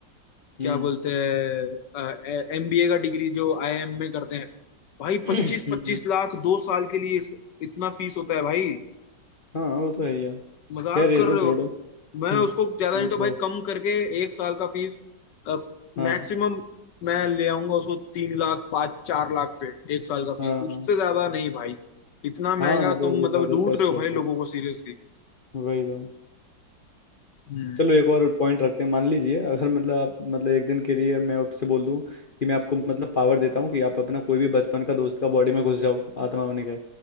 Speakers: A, on the left; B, on the left.
A: क्या
B: हम्म
A: बोलते हैं एमबीए का डिग्री जो आईआईएम में करते हैं भाई
B: <clears throat>
A: पच्चीस
B: हम्म,
A: पच्चीस लाख दो साल के लिए इस- इतना फीस होता है भाई
B: हाँ वो तो है ही है।
A: मजाक
B: खैर ये
A: कर
B: सब
A: रहे
B: छोड़ो
A: हो
B: हम्म
A: मैं उसको ज्यादा
B: वो
A: नहीं
B: तो
A: तो भाई कम करके एक साल का फीस
B: हाँ
A: मैक्सिमम मैं ले आऊंगा उसको तीन लाख पाँच चार लाख पे एक साल का
B: हाँ
A: फीस उससे
B: हाँ
A: ज्यादा नहीं भाई इतना
B: हाँ
A: महंगा
B: मतलब
A: तुम
B: वो
A: मतलब
B: ज़्यादा ही
A: लूट
B: कॉस्ट
A: रहे हो
B: रहता
A: भाई
B: है
A: लोगों को सीरियसली
B: वही तो
A: हम्म
B: चलो एक और पॉइंट रखते हैं मान लीजिए अगर मतलब आप मतलब एक दिन के लिए मैं आपसे बोल दूं कि मैं आपको मतलब पावर देता हूँ कि आप अपना कोई भी बचपन का दोस्त का बॉडी में घुस जाओ आत्मा बन के